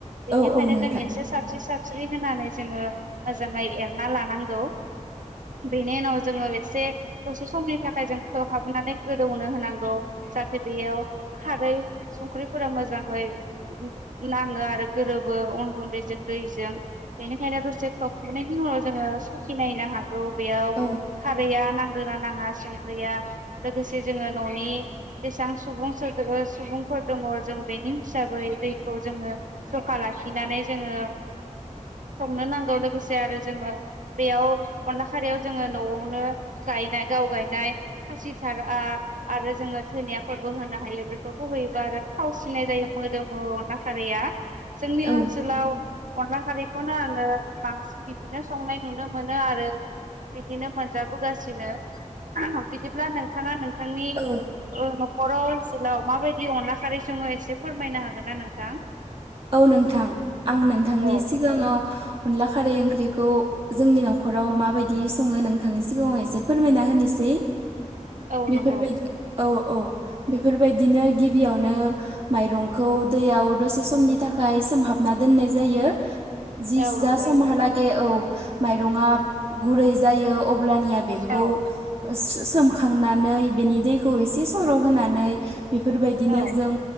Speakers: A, on the right (about 80°); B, on the right (about 45°).
A: बेनिखायनो
B: औ नोंथां
A: जोंङो इसे सारस्रि-सार स्रि होनानै जोंङो मोजाङै एरना लानांगौ बेनि उनाव जोंङो एसे दसे समनि थाखाय जों खोबहाबनानै गोदौनो होनांगौ जाहाथे बेयाव खारै संख्रिफोरा मोजाङै नाङो आरो गोरोबो अन गुन्दैजों दैजों बेनिखायनो दसे खोब खोबनायनि उनाव जोंङो सखि नायनो हा गौ बेयाव
B: औ औ
A: खारैया नांदोना नाङा संख्रिया लोगोसे जोंङो न'नि जेसेबां सुबुं सुबुंफोर दङ जों बेनि हिसाब बेखौ जोंङो जखा लाखिनानै जोंङो संनो नांगौ लोगोसे आरो जोंङो बेयाव अनला खारियाव जोंङो न'आवनो गायनाय गाव गायनाय खासिथार आरो जोंङो धोनियाफोरबो होनो हायो बेफोरखौ होयोबा आरो थाव सिनाय जायो मोदोमो अन ला खारैया जोंनि
B: औ
A: ओनसोलाव अनला खारैखौनो आंङो बांसिन बिदिनो संनाय नुनो मोनो आरो। बिदिनो मोनजाबोगासिनो उमह बिदिब्ला नोंथांङा नों नोंथांनि
B: औ
A: ओ न'खराव ओनसोलाव माबायदि अनला खारै संङो एसेफोर फोरमायनो हागोन ना नोंथां?
B: औ नोंथां आं नोंथांनि
A: औ
B: सिगांङाव अनला खारै ओंख्रिखौ जोंनि न'खराव माबायदि संङो नोंथांनि सिगांङाव एसे फोरमायना होनोसै
A: औ
B: बेफोरबायदि
A: नंगौ
B: औ औ बेफोरबायदिनो गिबियावनो माइरंखौ दैयाव दसे समनि थाखाय सोमहाबना दोननाय जायो जि
A: औ
B: जा
A: नंगौ
B: समहालागै औ माइरंङा गुरै जायो अब्लानिया बेखौ
A: औ
B: ओ सु सोमखांनानै बेनि दैखौ एसे सर' होनानै बेफोरबायदिनो
A: औ
B: जों